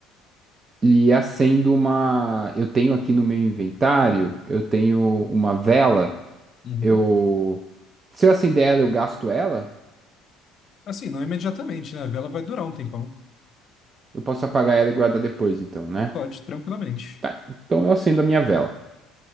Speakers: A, on the right; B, on the left.
A: e acendo uma. Eu tenho aqui no meu inventário, eu tenho uma vela
B: Uhum.
A: Eu. Se eu acender ela, eu gasto ela.
B: Assim, não imediatamente, né? A vela vai durar um tempão.
A: Eu posso apagar ela e guardar depois, então, né?
B: Pode, tranquilamente.
A: Tá. Então eu acendo a minha vela.